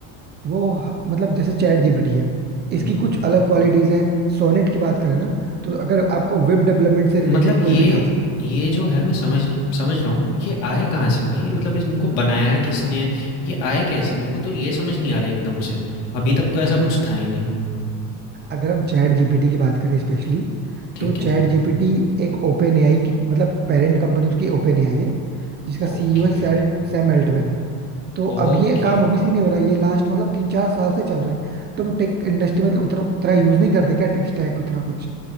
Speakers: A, on the right; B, on the left.
A: वो ह- मतलब जैसे चैट जीपीटी है इसकी
B: हुँ।
A: कुछ अलग क्वालिटीज है सोनेट की बात करें ना तो अगर आपको वेब डेवलपमेंट से रिलेटेड
B: मतलब
A: कोई
B: ये
A: भी टास्क
B: ये जो है मैं समझ समझ रहा हूँ ये आए कहाँ से भाई मतलब इनको बनाया किसने है ये आए कैसे मेरे को तो ये समझ नहीं आ रहा है एकदम से अभी तक तो ऐसा
A: अगर
B: कुछ
A: हम
B: था ही नहीं
A: अगर हम चैट जीपीटी की बात करें स्पेशली
B: ठीक
A: तो चैट
B: है
A: जीपीटी एक ओपन एआई की मतलब पेरेंट कंपनी उसकी ओपन एआई है जिसका सीईओ
B: ओके
A: है सेल सैम अल्टमैन तो
B: ओके
A: अब ये काम अभी से नहीं हो रहा है ये लास्ट मतलब तीन चार साल से चल रहा है तुम टेक इंडस्ट्री में उतना उतना यूज नहीं करते क्या टेक स्टैक उतना कुछ